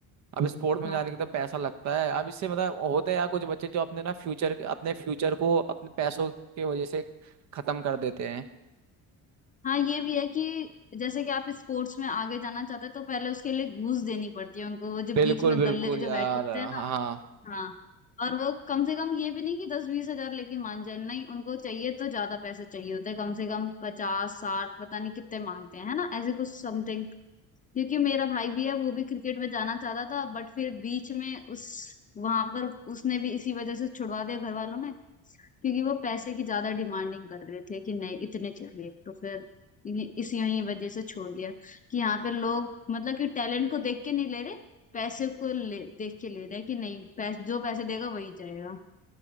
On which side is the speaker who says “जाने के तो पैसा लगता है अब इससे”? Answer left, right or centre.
Right